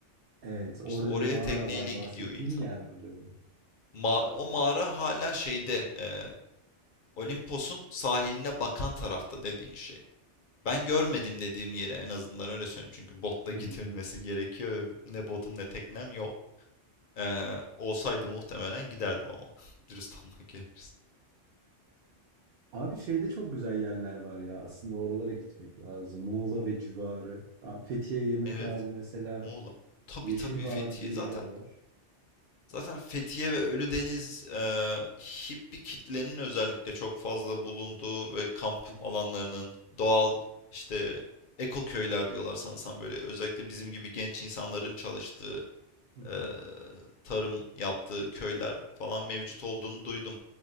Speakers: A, on the right (about 60°); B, on the left (about 55°).
A: Evet, orada
B: İşte oraya
A: bir mağara
B: tekneyle
A: var. Bahsettiğin
B: gidiyor insan.
A: yer mi acaba?
B: Ma- o mağara hala şeyde e, Olimpos'un sahiline bakan tarafta dediğin şey. Ben görmedim dediğim yeri en azından öyle söyleyeyim. Çünkü botla
A: Hmm.
B: gidilmesi gerekiyor ve ne botum ne teknem yok. Ee, olsaydı muhtemelen giderdim ama. <laughs> Dürüst olmak gerekirse.
A: Abi şeyde çok güzel yerler var ya. Aslında oralara gitmek lazım. Muğla ve civarı. Tam Fethiye yanıklarda
B: Evet.
A: mesela
B: Muğla. Tabii
A: Yeşil
B: tabii
A: Vadi
B: Fethiye.
A: diye
B: Zaten
A: bir yer var.
B: zaten Fethiye ve Ölüdeniz e, hippi kitlenin özellikle çok fazla bulunduğu ve kamp
A: Hı hı,
B: alanlarının doğal işte ekoköyler diyorlar sanırsam böyle özellikle bizim gibi genç insanların çalıştığı
A: hı hı.
B: e, tarım yaptığı köyler falan mevcut olduğunu duydum.